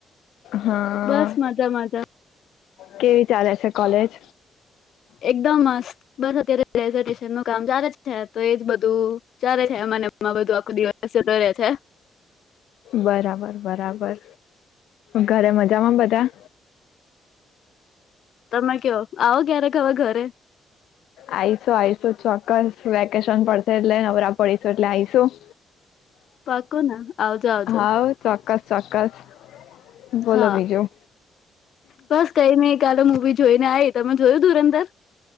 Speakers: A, on the left; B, on the left.
A: હા.
B: બસ મજા મજા
A: કેવી ચાલે છે કોલેજ?
B: એકદમ મસ્ત. બસ અત્યારે <unintelligible> નું કામ ચાલે છે ને તો એજ બધું ચાલે છે. એ મને એમાં બધું આખું દિવસ જતો રહે છે.
A: બરાબર-બરાબર. ઘરે મજામાં બધા?
B: તમે કયો, આવો ક્યારેક હવે ઘરે.
A: આઈશું-આઈશું ચોક્કસ. વેકેશન પડશે એટલે નવરા પડીશું એટલે આઈશું.
B: પાકો ને આવજો આવજો
A: હાવ. ચોક્કસ-ચોક્કસ. બોલો
B: હા
A: બીજું.
B: બસ <unintelligible> મુવી જોઈને આઈ. તમે જોયું ધુરંદર?